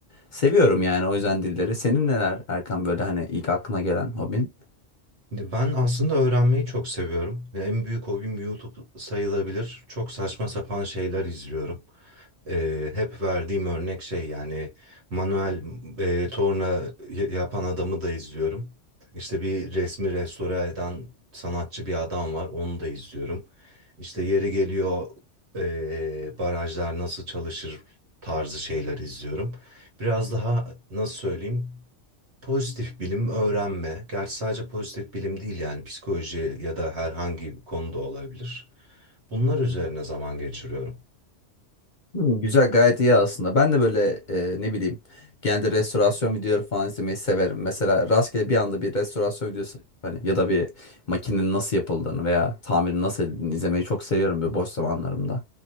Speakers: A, on the left; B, on the right.
A: Seviyorum yani o yüzden dilleri. Senin neler Erkan böyle hani ilk aklına gelen hobin?
B: Şimdi Ben aslında öğrenmeyi çok seviyorum. Ya en büyük hobim YouTube sayılabilir. Çok saçma sapan şeyler izliyorum. Ee, hep verdiğim örnek şey yani manuel e, torna y- yapan adamı da izliyorum. İşte bir resmi restore eden sanatçı bir adam var, onu da izliyorum. İşte yeri geliyor e, barajlar nasıl çalışır tarzı şeyler izliyorum. Biraz daha nasıl söyleyeyim? Pozitif bilim öğrenme. Gerçi sadece pozitif bilim değil yani psikoloji ya da herhangi bir konuda olabilir. Bunlar üzerine zaman geçiriyorum.
A: Hı, Güzel gayet iyi aslında. Ben de böyle e, ne bileyim genelde restorasyon videoları falan izlemeyi severim. Mesela rastgele bir anda bir restorasyon videosu hani ya da bir makinenin nasıl yapıldığını veya tamirin nasıl edildiğini izlemeyi çok seviyorum böyle boş zamanlarımda.